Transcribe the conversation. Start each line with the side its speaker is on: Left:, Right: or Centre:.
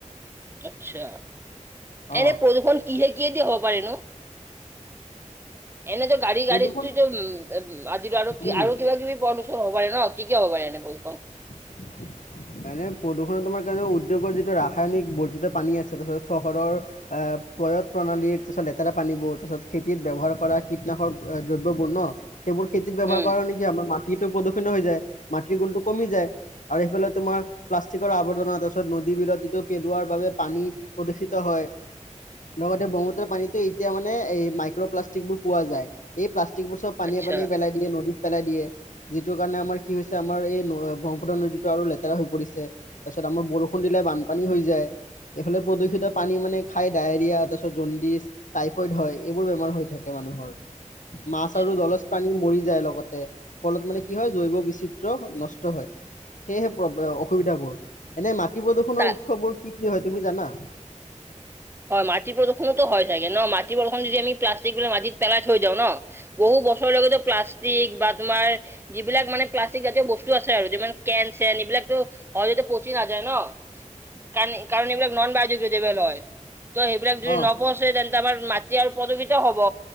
Right: আচ্ছা।
Left: অ
Right: এনে প্ৰদূষণ কিহে, কিহে দি হ'ব পাৰে নো? এনেইটো গাড়ী,
Left: প্ৰদূষণ
Right: গাড়ী টো-টো উম, আজিৰ আৰু,
Left: উম
Right: আৰু কিবা কিবি প়ৰ হ'ব পাৰে ন? কি, কি হব পাৰে এনে প্ৰদূষণ?
Left: <inaudible> মানে প্ৰদূষণত তোমাৰ কাৰণে উদ্যোগৰ যিটো ৰাসায়নিক বৰ্জিত পানী আছে, তাৰপিছত চহৰৰ প্ৰয়ত প্ৰণালীৰ তাৰপিছত লেতেৰা পানীবোৰ, তাৰপিছত খেতিত ব্যৱহাৰ কৰা কীটনাশক দ্ৰব্যবোৰ ন! সেইবোৰ খেতিত ব্যৱহাৰ
Right: উম,
Left: কৰাৰ নেকি আমাৰ মাটিটো প্ৰদূষিত হৈ যায়, মাটিৰ গুণটো কমি যায়। আৰু সেইফালে তোমাৰ প্লাষ্টিকৰ আৱৰ্জনা, তাৰপিছত নদীবিলত যিটো পেলোৱাৰ বাবে পানী প্ৰদূষিত হয় লগতে ব্ৰহ্মপুত্ৰ পানীতো এতিয়া মানে এই মাইক্ৰপ্লাষ্টিকবোৰ পোৱা যায়। এই প্লষ্টিকবোৰ চব পানীয়ে,
Right: আচ্ছা,
Left: পানীয়ে পেলাই দিয়ে নদীত পেলাই দিয়ে, যিটোৰ কাৰণে আমাৰ কি হৈছে আমাৰ এই নৈ নদীতো আৰু লেতেৰা হৈ পৰিছে, তাৰপিছত আমাৰ বৰষুণ দিলে বানপানী হৈ যায়। এইফালে প্ৰদূষিত পানী মানে খাই ডায়েৰিয়া তাৰপিছত জণ্ডিচ টাইফইড হয়, এইবোৰ বেমাৰ হৈ থাকে মানুহৰ, মাছ
Right: আচ্ছা।
Left: আৰু জলজ পানী মৰি যায় লগতে, ফলত মানে কি হয়, জৈৱ বিচিত্ৰ নষ্ট হয়। সেয়েহে অসুবিধাবোৰ। এনে মাটি প্ৰদূৰষণৰ
Right: তা
Left: উৎসবোৰ কি, কি হয় তুমি জানা?
Right: হয়, মাটি প্ৰদূ্ষণোতো হয়, থাগে ন মাটি প্ৰদূষণ যদি আমি প্লাষ্টিকবিলাক মাটিত পেলাই হৈ দিওঁ ন? বহু বছৰৰ লৈকেটো প্লাষ্টিক বা তোমাৰ যিবিলাক মানে প্লাষ্টিক জাতীয় বস্তু আছে আৰু, যিমান কেন-চেন এইবিলাকটো অলৰেডী যতে পচি নাযায় ন, কাৰণ-কাৰণ এইবিলাক নন <unintelligible> বেল হয়। ত' সেইবিলাক যদি
Left: অ',
Right: নপচে তেন্তে আমাৰ মাটি আৰু প্ৰদূষিত হ'ব।